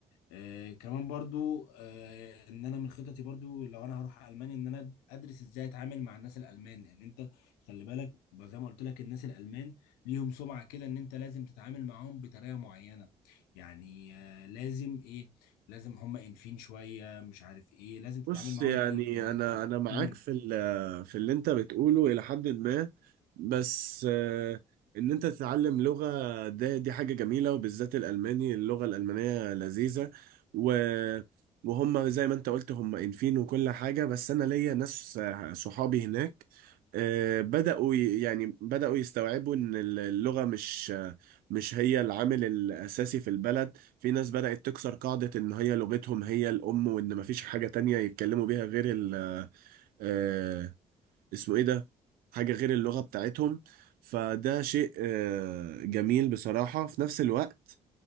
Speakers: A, on the left (about 85°); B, on the right (about 75°).
A: آه كمان برضو آه ان انا من خططي برضو لو انا هروح المانيا ان انا ادرس ازاي اتعامل مع الناس الالمان لان انت خلي بالك زي ما قلت لك الناس الالمان ليهم سمعه كده ان انت لازم تتعامل معاهم بطريقه معينه يعني آه لازم ايه لازم هم انفين شويه مش عارف ايه لازم تتعامل
B: بص
A: معاهم
B: يعني
A: ايه بان انت
B: انا انا معاك
A: مم.
B: في ال- في اللي انت بتقوله الى حد ما بس آه، ان انت تتعلم لغة ده دي حاجة جميلة وبالذات الالماني اللغة الالمانية لذيذة و وهم زي ما انت قلت هم انفين وكل حاجة بس انا ليا ناس آه، صحابي هناك آه، بدأوا ي- يعني بدأوا يستوعبوا ان اللغة مش آه، مش هي العامل الاساسي في البلد في ناس بدأت تكسر قاعدة إن هي لغتهم هي الأم وإن مفيش حاجة تانية يتكلموا بيها غير ال آه اسمه إيه ده؟ حاجة غير اللغة بتاعتهم فده شيء آه جميل بصراحة في نفس الوقت